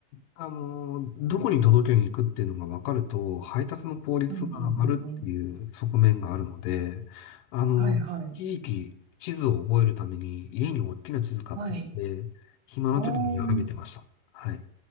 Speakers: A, on the left; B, on the right.
A: あの、どこに届けに行くっていうのが分かると、配達の効率が上がるっていう側面があるので、
B: うん。うん、うん、うん、うん。
A: あの、
B: はい、はい。
A: 一時期、地図を覚えるために、家に大きな地図買ってきて、
B: はい。
A: 暇な時に眺めてました。
B: おー。
A: はい。